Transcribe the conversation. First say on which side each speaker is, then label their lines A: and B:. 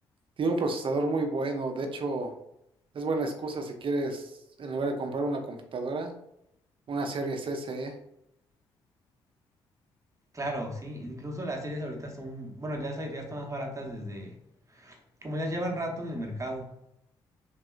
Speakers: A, on the right; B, on the right.
A: tiene un procesador muy bueno. De hecho, es buena excusa si quieres, en lugar de comprar una computadora, una Series S. ¿eh?
B: Claro, sí, incluso las series ahorita son, bueno, ya esas ya están más baratas desde, como ya llevan rato en el mercado.